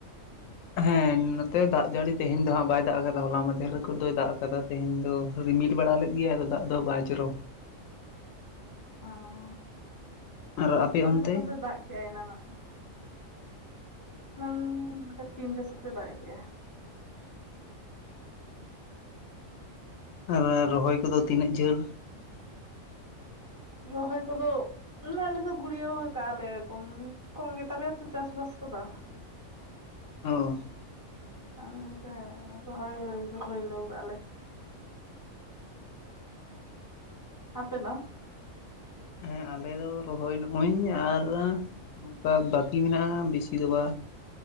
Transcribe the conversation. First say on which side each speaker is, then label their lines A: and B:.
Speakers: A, on the left; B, on the left.
A: ᱦᱮᱸ ᱱᱚᱛᱮ ᱫᱟᱜ ᱡᱟᱹᱲᱤ ᱛᱮᱦᱮᱧ ᱛᱮᱦᱮᱧ ᱫᱚ ᱦᱟᱸᱜ ᱵᱟᱭ ᱫᱟᱜ ᱟᱠᱟᱫᱟ ᱦᱚᱞᱟ ᱢᱟᱫᱷᱮᱨ ᱨᱮᱠᱚ ᱫᱚᱭ ᱫᱟᱜ ᱟᱠᱟᱫᱟ ᱛᱮᱦᱮᱧ ᱫᱚ ᱨᱤᱢᱤᱴ ᱵᱟᱲᱟ ᱞᱮᱫ ᱜᱮᱟᱭ ᱟᱫᱚ ᱫᱟᱜ ᱫᱚ ᱵᱟᱭ ᱡᱚᱨᱚ
B: ᱚ
A: ᱟᱨ ᱟᱯᱮ
B: ᱟᱞᱮ
A: ᱚᱱᱛᱮ?
B: ᱥᱮᱫ ᱱᱚᱛᱮ ᱫᱟᱜ ᱠᱮᱜᱟᱭ ᱮᱱᱟᱱᱚᱜ ᱦᱩᱸ ᱚᱱᱠᱟ ᱛᱤᱱᱴᱟ ᱥᱮᱫ ᱛᱮ ᱫᱟᱜ ᱠᱮᱜ-ᱟ᱾
A: ᱟᱨ ᱨᱚᱦᱚᱭ ᱠᱚᱫᱚ ᱛᱤᱱᱟᱹᱜ ᱡᱷᱟᱹᱞ?
B: ᱨᱚᱦᱚᱭ ᱠᱚᱫᱚ ᱢᱟᱱᱮ ᱟᱞᱮ ᱫᱚ ᱜᱩᱲᱭᱟᱹᱣ ᱠᱟᱜᱼᱟ ᱞᱮ ᱠᱚᱢ ᱠᱚᱢ ᱜᱮᱛᱟᱞᱮᱭᱟ ᱛᱚ ᱪᱟᱥᱵᱟᱥ ᱠᱚᱫᱚ᱾
A: ᱚ᱾
B: <unintelligible> ᱨᱚᱦᱚᱭ ᱦᱩᱭ ᱦᱳᱭᱞᱩ ᱠᱟᱜ-ᱟᱞᱮ᱾ ᱟᱯᱮ ᱫᱚ?
A: ᱦᱮᱸ ᱟᱞᱮ ᱫᱚ ᱨᱚᱦᱚᱭᱱ ᱦᱩᱸᱭᱱ ᱟᱨ- ᱱᱚᱝᱠᱟ ᱵᱟᱠᱤ ᱢᱮᱱᱟᱜᱼᱟ ᱵᱤᱥᱤ ᱫᱚ ᱵᱟ